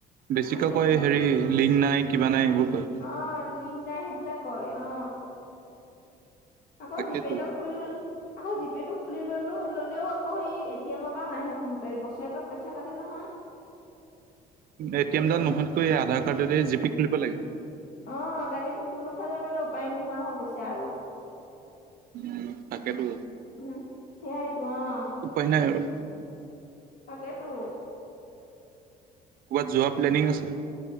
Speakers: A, on the right (about 60°); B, on the left (about 55°).
A: বেছিকে
B: সেইটোৱেতো
A: কৈ হেৰি লিংক নাই কিবা নাই এইবোৰ কয়
B: আহ লিং নাই সেইবিলাক কয় অ। আকৌ
A: তাকেতো
B: জিপে ডাল খোল আকৌ জি পে' টো খুলি ললো ললেও আকৌ সেই এ টিএমৰ পৰা মাহে বছৰেকত পইচা কাটে নহয়
A: এটিম
B: কোনো
A: ডাল নোহোৱাতকৈ আধাৰ কাৰ্ডৰে জি পি খুলিব লাগে
B: অ তাকেতো কোনোফালে মানে উপায় নোহোৱা হৈ গৈছে আৰু।
A: উম, তাকেতো
B: উম সেয়াইটো অ
A: উপায় নাই আৰু
B: তাকেইতো
A: কবাত যোৱা প্লেনিং আছে